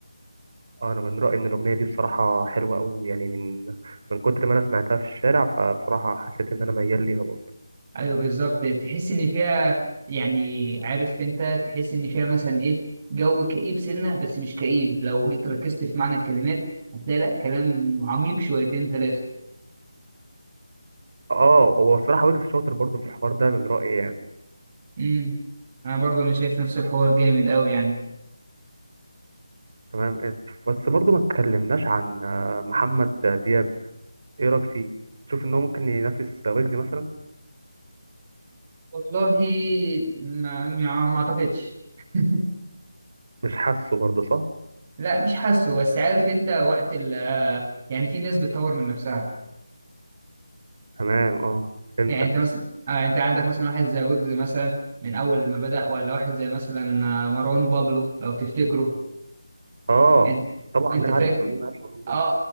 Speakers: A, on the right; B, on the right.
A: اه انا من رايي ان الاغنيه دي بصراحه حلوه قوي يعني من من كتر ما انا سمعتها في الشارع فبصراحه حسيت ان انا ميال ليها برضو
B: ايوه بالظبط تحس ان فيها يعني عارف انت تحس ان فيها مثلا ايه جو كئيب سنه بس مش كئيب لو جيت ركزت في معنى الكلمات هتلاقي لا كلام عميق شويتين ثلاثه
A: اه هو بصراحه ويجز شاطر برضو في الحوار ده من رايي يعني
B: امم انا برضه انا شايف نفس الحوار جامد قوي يعني
A: تمام إيه، بس برضه ما اتكلمناش عن آه، محمد دياب ايه رايك فيه تشوف ان هو ممكن ينافس ويجز مثلا
B: والله ما ما ما اعتقدش <laughs>
A: مش حاسه برضه صح
B: لا مش حاسه بس عارف انت وقت ال آه، يعني في ناس بتطور من نفسها
A: تمام اه فهمتك
B: يعني انت مثلا آه انت عندك مثلا واحد زي ويجز مثلا من اول لما بدأ ولا واحد زي مثلا آه، مروان بابلو لو تفتكروا
A: اه
B: انت
A: طبعا
B: انت
A: مين
B: فاكر
A: عارف مين عارف محمد
B: اه
A: دياب.